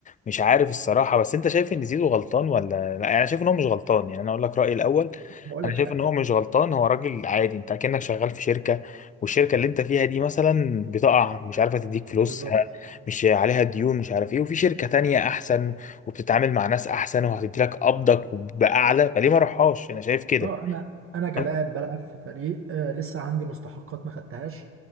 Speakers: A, on the left; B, on the right.
A: مش عارف الصراحه بس انت شايف ان زيزو غلطان ولا لا يعني انا شايف ان هو مش غلطان يعني انا اقول لك رايي الاول
B: هقول
A: انا
B: لك
A: شايف
B: حاجة
A: ان هو مش غلطان هو راجل عادي انت كأنك شغال في شركه والشركه اللي انت فيها دي مثلا بتقع مش عارفه تديك فلوس
B: بالظبط
A: مش عليها ديون مش عارف ايه وفي شركة تانية احسن وبتتعامل مع ناس احسن وهتدي لك قبضك باعلى فليه ما اروحهاش انا شايف كده
B: اه انا انا كلاعب
A: أنا-
B: بلعب في فريق آه لسه عندي مستحقات ما خدتهاش